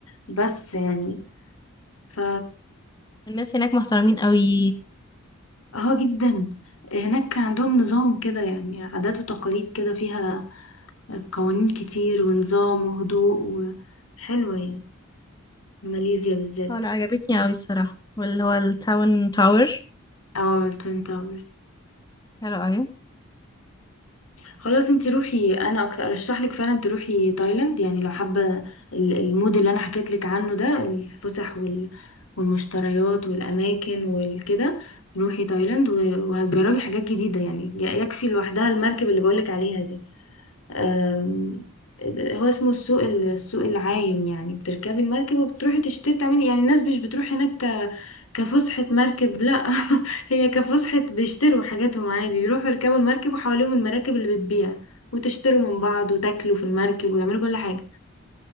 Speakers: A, on the left; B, on the left.
A: بس يعني ف
B: الناس هناك محترمين قوي
A: اه جدا هناك كان عندهم نظام كده يعني عادات وتقاليد كده فيها قوانين كتير ونظام وهدوء وحلوة يعني ماليزيا بالذات
B: هو لا عجبتني قوي الصراحة واللي هو التاون تاور
A: اه التوين تاورز
B: حلو قوي
A: خلاص انتي روحي انا أكتر ارشح لك فعلا تروحي تايلاند يعني لو حابة ال- المود اللي انا حكيت لك عنه ده الفسح وال... والمشتريات والاماكن والكده روحي تايلاند و... وهتجربي حاجات جديدة يعني ي- يكفي لوحدها المركب اللي بقولك عليها دي أم، هو اسمه السوق ال- السوق العايم يعني بتركبي المركب وبتروحي تشتري تعملي يعني الناس مش بتروح هناك ك... كفسحة مركب لا <laughs> هي كفسحة بيشتروا حاجاتهم عادي يروحوا يركبوا المركب وحواليهم المراكب اللي بتبيع وتشتروا من بعض وتاكلوا في المركب ويعملوا كل حاجة